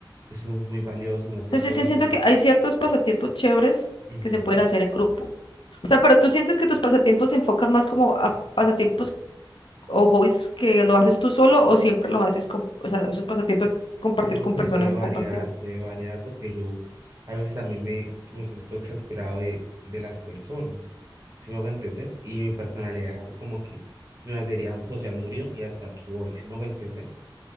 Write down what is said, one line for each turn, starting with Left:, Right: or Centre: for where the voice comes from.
Right: eso es muy valioso y más que
Left: entonces
Right: todo
Left: sí
Right: en,
Left: siento
Right: en-
Left: que hay ciertos pasatiempos chéveres
Right: ujú.
Left: que se pueden hacer en grupo. O sea, pero tú sientes que tus pasatiempos se enfocan más como a pasatiempos o hobbies que lo haces tú solo o siempre los haces con, o sea, esos pasatiempos compartir
Right: No,
Left: con
Right: pues
Left: personas,
Right: puede variar,
Left: compartir.
Right: puede variar, porque yo a veces también me, me siento exasperado de, de las personas, si me hago entender, y mi personalidad es así como que mi batería social murió y hasta aquí voy, si me hago entender.